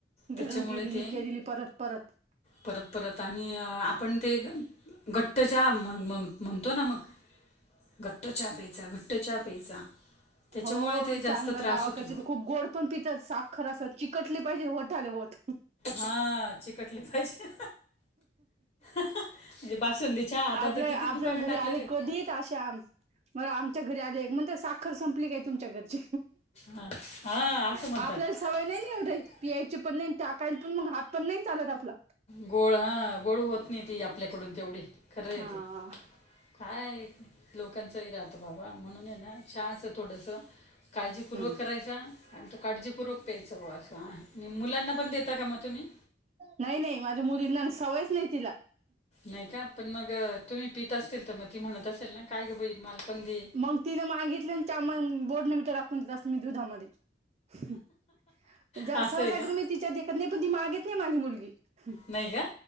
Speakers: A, on the left (about 35°); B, on the right (about 35°).
A: त्याच्यामुळे
B: गरम केलेली
A: ते
B: केलेली परत परत.
A: परत परत आणि आपण ते घट्टच्या म म म्हणतो ना मग घट्टचहा प्यायचा घट्टचहा प्यायचा त्याच्यामुळे
B: हो
A: ते जास्त
B: चांगला
A: त्रास
B: गावाकाची
A: होतो
B: तर खूप गोड पण पितात साखर असं चिकटली पाहिजे होठाले होट. <inaudible>
A: हां चिकटले पाहिजे म्हणजे बासुंदी चहा आता
B: आपल्या
A: तर किती
B: आपल्या
A: दुकाने
B: घरी
A: टाकलेले
B: आले
A: आहेत
B: कधी अशा मला आमच्या घरी आले म्हणते साखर संपली काय तुमच्या घरची?
A: हां हां असं म्हणतात
B: आपल्याला सवय नाही नि एवढी
A: ना
B: पियायची पण नाही टाकायला पण मग हात पण नाही चालत आपला
A: गोड हां गोड होत नाही ती आपल्याकडून तेवढी खरं आहे
B: हा
A: ते काय लोकांचंही राहतं बाबा म्हणून आहे ना चहाच थोडस काळजीपूर्वक
B: हा
A: करायचा आणि तो काडजीपूर्वक प्यायचं ब अस आणि मुलांना पण देता का मग तुम्ही?
B: नाही नाही माझ्या मुलींना सवयच नाही तिला.
A: नाही का पण मग अ, तुम्ही पित असतील तर मग ती म्हणत असेल ना काय ग बाई मालपण दे.
B: मग तिने मागितले आणि त्या बोर्ने मीठा टाकून देत असते मी दुधामध्ये <unintelligible>
A: असं
B: सहसा
A: आहे का
B: मी तिच्या देखत नाही पण ती मागेत नाही माझी मुलगी. <unintelligible>
A: नाही का